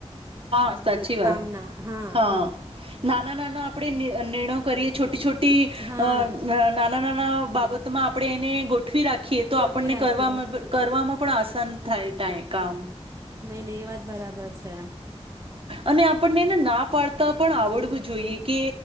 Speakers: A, on the right; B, on the right.
A: હા સાચી વાત
B: કામના હા
A: હા નાના નાના આપણે નિર્ણયો કરીએ છોટી છોટી તી
B: હા
A: અ નાના નાના બાપ બબતમાં આપણે એને ગ ગઠવી રાખીએ તો
B: ગોઠવી
A: આપણને
B: રાખીએ
A: કરવામાં કરવામાં પણ આસાન થાય ટાઈ કામ
B: નહી નહી એ વાત બરાબર છે
A: અને આપણને એને ના પાડતા પણ આવડવું જોઈએ કે